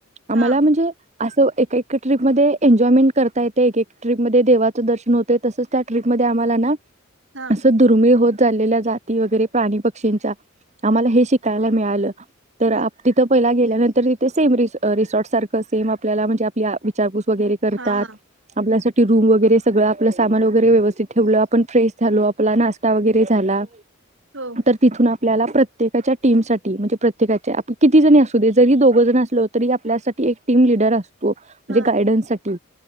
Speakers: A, on the right; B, on the right.
A: आम्हाला
B: हा
A: म्हणजे. असं एक ट्रीपमध्ये एन्जॉयमेंट करता येते. एकक ट्रीपमध्ये देवाचं दर्शन होतेय. तसच त्या ट्ररीपमध्ये आम्हाला ना.
B: हा
A: असं दुर्मिळ होत. चाललेल्या जाती वगैरे प्राणी पक्षींच्या आम्हाला हे शिकायला मिळालं. तर
B: बर
A: आप तिथं पहिला गे त्यानंतर इथे सेम रिसॉर्ट सारख सेम आपल्याला म्हणजे आपल्या विचारपूस वगैरे करतात.
B: हा हा
A: आपल्यासाठी रूम वगैरे सगळं आपलं सामान वगैरे व्यवस्थित ठेवलं. आपण फ्रेश झालो. आपला नाश्ता वगैरे झाला.
B: हो
A: तर तिथून आप आपल्याला प्रत्येकाच्या टीमसाठी म्हणजे प्रत्येकाचे आपण किती जणी असू दे, जरी दोघं जण असलो. तरी आपल्यासाठी एक टीम लिडर असतो. हो म्हणजे
B: हा
A: गायडन्स साठी.